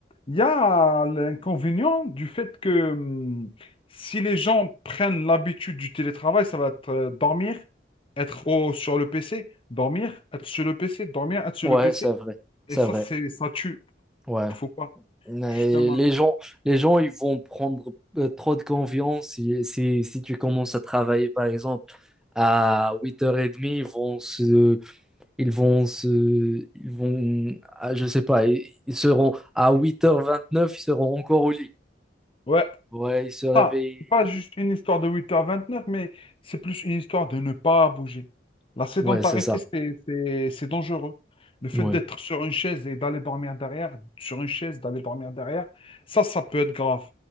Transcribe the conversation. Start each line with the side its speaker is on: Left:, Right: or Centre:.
Left: il y a l'inconvénient du fait que hum, si les gens prennent l'habitude du télétravail, ça va être euh, dormir, être au- sur le PC, dormir, être sur le PC, dormir, être sur
Centre: Ouais,
Left: le PC.
Centre: c'est vrai. C'est
Left: Et ça,
Centre: vrai.
Left: c'est, ça tue.
Centre: Ouais.
Left: Faut pas,
Centre: Mais
Left: justement.
Centre: les gens, les gens, ils vont prendre euh, trop de confiance si, si, si tu commences à travailler, par exemple, à 8h30, ils vont se, ils vont se, ils vont, ah, je sais pas, ils, ils seront à huit heures vingt neuf ils seront encore au lit.
Left: Ouais.
Centre: Ouais, ils se réveillent.
Left: pas, c'est pas juste une histoire de huit heures vingt-neuf, mais c'est plus une histoire de ne pas bouger. La sédentarité,
Centre: Ouais, c'est ça.
Left: c'est, c'est, c'est dangereux. Le fait
Centre: Ouais,
Left: d'être sur une chaise et d'aller dormir derrière, sur une chaise, d'aller dormir derrière, ça, ça peut être grave.